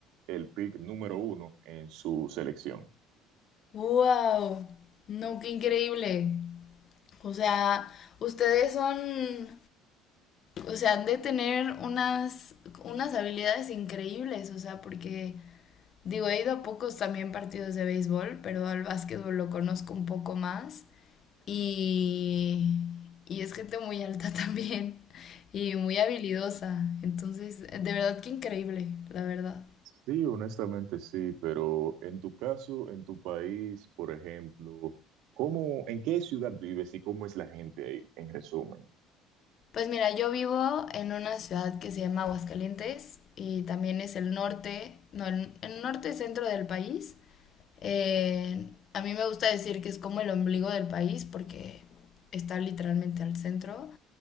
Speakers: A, on the right; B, on the left.
A: el pick número uno en su selección.
B: wow, no, qué increíble. O sea, ustedes son O sea, han de tener unas, unas habilidades increíbles, o sea, porque digo, he ido a pocos también partidos de béisbol, pero al básquetbol lo conozco un poco más y, y es gente muy alta <laughs> también y muy habilidosa, entonces, de verdad que increíble, la verdad.
A: Sí, honestamente sí, pero en tu caso, en tu país, por ejemplo, ¿cómo, en qué ciudad vives y cómo es la gente ahí, en resumen?
B: Pues mira, yo vivo en una ciudad que se llama Aguascalientes y también es el norte, no, el, el norte y centro del país. Eh, a mí me gusta decir que es como el ombligo del país porque está literalmente al centro.